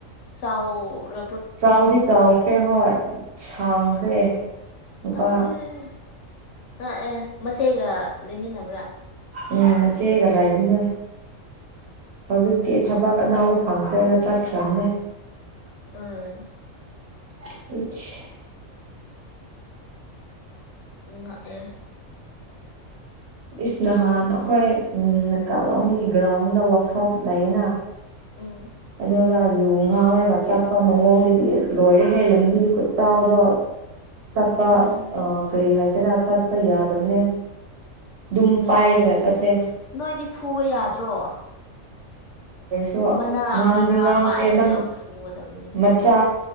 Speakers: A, on the left; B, on the right.
A: ꯆꯥꯎꯔ
B: ꯆꯥꯎꯗꯤ ꯆꯥꯎꯈ꯭ꯔꯦ ꯍꯣꯏ ꯁꯥꯡꯈ꯭ꯔꯦ꯫ ꯅꯨꯄꯥ
A: ꯑ ꯑꯦ ꯉꯛꯑꯦ ꯃꯆꯦꯒ ꯂꯩꯃꯤꯟꯅꯕ꯭ꯔꯥ?
B: ꯎꯝ ꯃꯆꯦꯒ ꯂꯩꯕꯅꯦ꯫ ꯍꯧꯖꯤꯛꯇꯤ ꯊꯕꯛ ꯑꯅꯥꯎꯕ ꯐꯪꯈ꯭ꯔꯦꯅ ꯆꯠꯈ꯭ꯔꯕꯅꯦ꯫
A: ꯑꯥꯏ
B: <unintelligible>
A: ꯉꯛꯑꯦ
B: ꯏꯁ ꯅꯍꯥꯟ ꯑꯈꯣꯏ ꯅꯀꯥꯂꯣꯝꯒꯤ ꯒ꯭ꯔꯥꯎꯟꯗ ꯋꯥꯛꯁꯣꯞ ꯂꯩꯅ
A: ꯎꯝ
B: ꯑꯗꯨꯗ ꯌꯨ ꯉꯥꯎꯔꯒ ꯆꯠꯄ ꯃꯑꯣꯡꯗꯨꯗꯤ ꯏꯁ ꯂꯣꯏꯔꯦꯍꯦ ꯂꯝꯕꯤ ꯈꯨꯠꯆꯥꯎꯗꯣ
A: <unintelligible>
B: ꯆꯠꯄ
A: ꯎꯝ
B: ꯑꯥ ꯀꯔꯤ ꯍꯥꯏꯁꯤꯔꯥ ꯆꯠꯄ ꯌꯥꯗꯕꯅꯦ ꯗꯨꯝ
A: ꯑꯦ
B: ꯄꯥꯏꯔꯒꯆꯠ ꯆꯠꯂꯦ
A: ꯅꯣꯏꯗꯤ ꯐꯨꯕ ꯌꯥꯗ꯭ꯔꯣ
B: <unintelligible>
A: ꯃꯅꯥ
B: ꯉꯥꯡꯗꯤ
A: ꯃꯅꯥ
B: ꯉꯥꯡꯗꯦ
A: ꯄꯥꯏꯔꯒ
B: ꯅꯪ
A: ꯐꯨꯒꯗꯕꯅꯤꯅꯦ
B: ꯃꯆꯥ